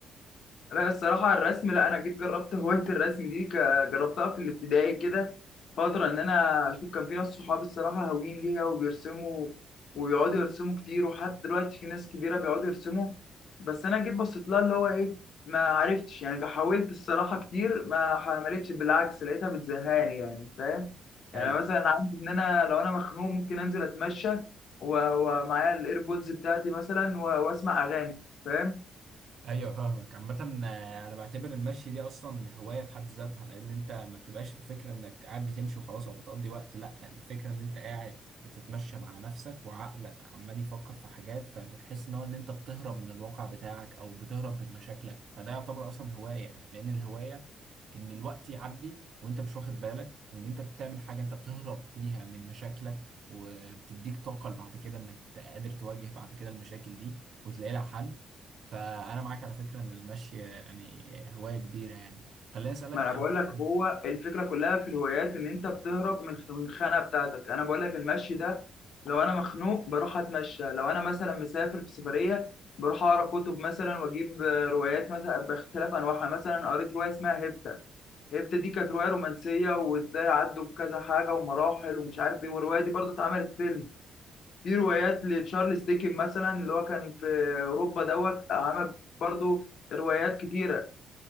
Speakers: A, on the left (about 60°); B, on the right (about 60°).
A: لا الصراحة الرسم لا أنا جيت جربت هواية الرسم دي ك- جربتها في الابتدائي كده فترة إن أنا أشوف كان في ناس صحابي الصراحة هاويين ليها وبيرسموا وبيقعدوا يرسموا كتير وحتى دلوقتي في ناس كبيرة بيقعدوا يرسموا بس أنا جيت بصيت لها اللي هو إيه ما عرفتش يعني حاولت الصراحة كتير ما حملتش بالعكس لقيتها بتزهقني يعني فاهم يعني
B: ايوه
A: مثلا عندي إن أنا لو أنا مخنوق ممكن أنزل أتمشى و- ومعايا الإيربودز بتاعتي مثلا و- وأسمع أغاني فاهم
B: ايوه فاهمك عامة آه، انا بعتبر المشي دي اصلا هواية في حد ذاتها لان انت ما بتبقاش الفكرة انك قاعد بتمشي وخلاص او بتقضي وقت لا الفكرة ان انت قاعد بتتمشى مع نفسك وعقلك عمال يفكر في حاجات فتحس ان هو ان انت بتهرب من الواقع بتاعك او بتهرب من مشاكلك فده يعتبر اصلا هواية لان الهواية ان الوقت يعدي وانت مش واخد بالك وان انت بتعمل حاجة انت بتهرب فيها من مشاكلك وبتديك طاقة بعد كده انك قادر تواجه بعد كده المشاكل دي وتلاقي لها حل فانا معاك على فكره ان المشي يعني هوايه كبيره يعني خليني اسالك
A: ما انا بقول
B: عندك
A: لك هو الفكره كلها في الهوايات ان انت بتهرب من من الخنقه بتاعتك انا بقول لك المشي ده لو انا مخنوق بروح اتمشى لو انا مثلا مسافر في سفريه بروح اقرا كتب مثلا واجيب آه، روايات مثلا باختلاف انواعها مثلا قريت روايه اسمها هيبتا هيبتا دي كانت روايه رومانسيه وازاي عدوا بكذا حاجه ومراحل ومش عارف ايه والروايه دي برضو اتعملت فيلم في روايات لتشارلز ديكن مثلا اللي هو كان في اوروبا دوت عمل برضو روايات كتيره